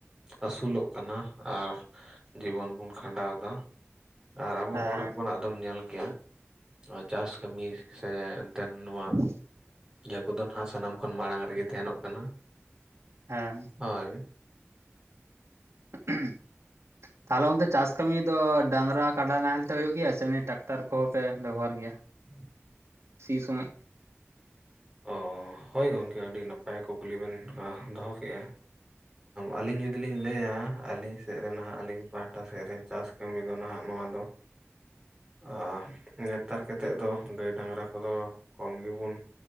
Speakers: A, on the right; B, on the right.
A: ᱟᱥᱩᱞᱚᱜ ᱠᱟᱱᱟ ᱟᱨ ᱡᱤᱵᱚᱱ ᱵᱚᱱ ᱠᱷᱟᱸᱰᱟᱣᱫᱟ᱾ ᱟᱨ ᱟᱵᱚ
B: ᱦᱮᱸ
A: ᱦᱚᱲ ᱦᱚᱯᱚᱱᱟᱜ ᱫᱚᱢ ᱧᱮᱞ ᱠᱮᱜᱼᱟ ᱚᱱᱟ ᱪᱟᱥ ᱠᱟᱹᱢᱤ ᱥᱮ ᱮᱱᱛᱮᱱ ᱱᱚᱣᱟ
B: <inaudible>
A: ᱡᱟᱦᱟᱸ ᱠᱚᱫᱚ ᱱᱟᱦᱟᱜ ᱥᱟᱱᱟᱢ ᱠᱷᱚᱱ ᱢᱟᱲᱟᱝ ᱨᱤᱜᱤ ᱛᱟᱦᱮᱱᱚᱜ ᱠᱟᱱᱟ᱾
B: ᱦᱮᱸ᱾
A: ᱦᱳᱭ᱾
B: <unintelligible> ᱛᱟᱦᱚᱞᱮ ᱚᱱᱛᱮ ᱪᱟᱥ ᱠᱟᱹᱢᱤ ᱫᱚ ᱰᱟᱝᱨᱟ ᱠᱟᱰᱟ ᱱᱟᱦᱮᱞ ᱛᱮ ᱦᱩᱭᱩᱜ ᱜᱮᱭᱟ, ᱥᱮ ᱮᱢᱱᱤ ᱴᱨᱟᱠᱴᱟᱨ ᱠᱚᱦᱚᱸ ᱯᱮ ᱵᱮᱵᱚᱦᱟᱨ ᱜᱮᱭᱟ?
A: <inaudible>
B: ᱥᱤ ᱥᱚᱢᱚᱡ?
A: ᱚ ᱦᱳᱭ ᱜᱚᱝᱠᱮ ᱟᱹᱰᱤ ᱱᱟᱯᱟᱭ ᱠᱩᱠᱞᱤ ᱵᱮᱱ ᱟ ᱫᱚᱦᱚ ᱠᱮᱜᱼᱟ᱾ ᱟᱹᱞᱤᱧ ᱡᱩᱫᱤ ᱞᱤᱧ ᱞᱟᱹᱭᱟ, ᱟᱹᱞᱤᱧ ᱥᱮᱫ ᱨᱮ ᱱᱟᱦᱟᱜ ᱟᱹᱞᱤᱧ ᱯᱟᱦᱟᱴᱟ ᱥᱮᱫ ᱨᱮ ᱪᱟᱥ ᱠᱟᱹᱢᱤ ᱫᱚ ᱱᱟᱦᱟᱜ ᱱᱚᱣᱟ ᱫᱚ
B: <inaudible>
A: ᱟᱸᱻ, ᱱᱮᱛᱟᱨ ᱠᱟᱛᱮᱫ ᱫᱚ ᱜᱟᱹᱭ ᱰᱟᱝᱜᱽᱨᱟ ᱠᱚᱫᱚ ᱠᱚᱢ ᱜᱮᱵᱚᱱ